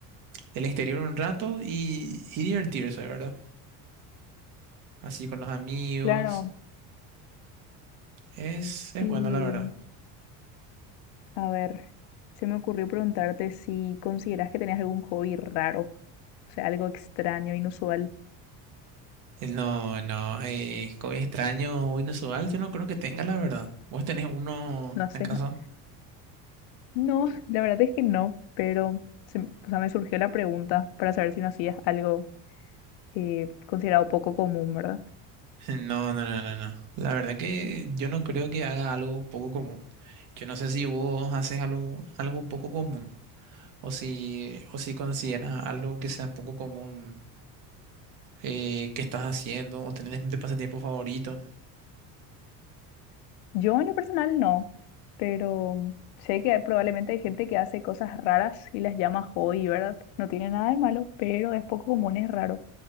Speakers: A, on the right; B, on the left.
A: del exterior un rato y, y divertirse, ¿verdad? Así con los amigos.
B: Claro.
A: Es, es
B: Y
A: bueno, la verdad.
B: a ver, se me ocurrió preguntarte si consideras que tenías algún hobby raro, o sea, algo extraño, inusual.
A: Eh, No, no, eh, hoy extraño, hoy inusual, yo no creo que tenga, la verdad. ¿Vos tenés uno,
B: No sé.
A: acaso?
B: nada no, <laughs> la verdad es que no, pero se- o sea, me surgió la pregunta para saber si no hacías algo eh, considerado poco común, ¿verdad?
A: No, no, no, no, no. La verdad que yo no creo que haga algo poco común. Yo no sé si vos haces algo, algo poco común o si, o si consideras algo que sea poco común eh, que estás haciendo o tenés de pasatiempo favorito.
B: Yo en lo personal no. pero sé que hay- probablemente hay gente que hace cosas raras y las llama hobby, ¿verdad? No tiene nada de malo, pero es poco común, es raro,